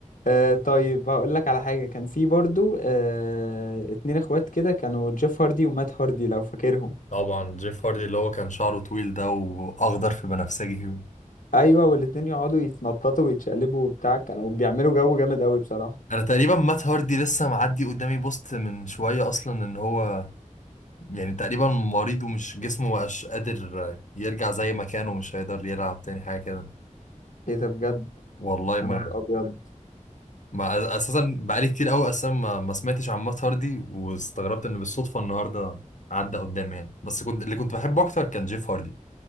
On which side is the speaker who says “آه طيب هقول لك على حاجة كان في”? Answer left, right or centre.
Left